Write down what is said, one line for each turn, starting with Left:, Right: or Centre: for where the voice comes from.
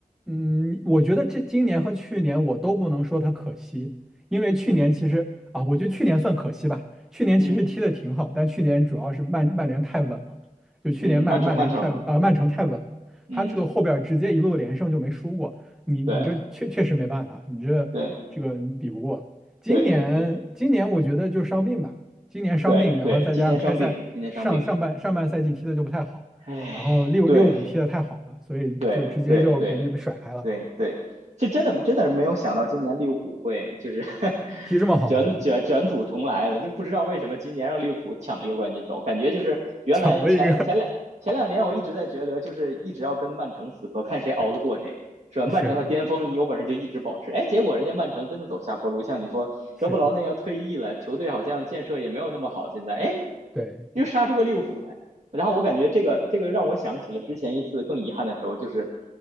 Centre: 嗯，我觉得这今年和去年我都不能说它可惜，因为去年其实啊，
Right: 嗯
Centre: 我觉得去年算可惜吧。去年其实踢的挺好，
Right: 嗯
Centre: 但去年主要是曼曼联太稳了，就去年曼曼联太稳，
Right: 嗯，曼城曼城，
Centre: 呃，曼城太稳了，
Right: 嗯
Centre: 他这个后边儿直接一路连胜就没输过，你你这确确实没办法，
Right: 对
Centre: 你这这个比不过。
Right: 对
Centre: 今年今年我觉得就伤病吧，
Right: 对对对
Centre: 今年伤病，
Right: 对对，
Centre: 然后再加上开赛上上半上半赛季踢的就不太好。
Right: 今年伤病，今年伤病，哎，
Centre: 然后六六五踢的太好了，
Right: 对
Centre: 所以就直接就给你甩开了。
Right: 对对对对对，这真的真的是没有想到今年利物浦会就是 <laughs>
Centre: 踢这么好是吧？
Right: 卷卷卷土重来了，
Centre: <laughs>
Right: 就不知道为什么今年让利物浦抢了一个冠军走，感觉就是原来前前两前两年我一直在觉得就是一直要跟曼城死磕，
Centre: 巧了一个，
Right: 看谁熬得过谁。是吧？
Centre: <laughs>
Right: 曼城的巅峰，
Centre: 是
Right: 你有本事就一直保持。哎，结果人家曼城真的走下坡路，像你说，
Centre: 是，
Right: 德布劳内要退役了，球队好像建设也没有那么好。现在，哎，
Centre: 对，
Right: 又杀出个利物浦来。然后我感觉这个这个让我想起了之前一次更遗憾的时候，就是